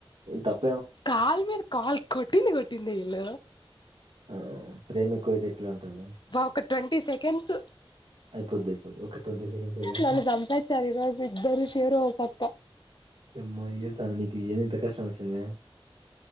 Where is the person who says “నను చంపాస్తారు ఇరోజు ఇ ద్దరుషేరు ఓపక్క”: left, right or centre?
Left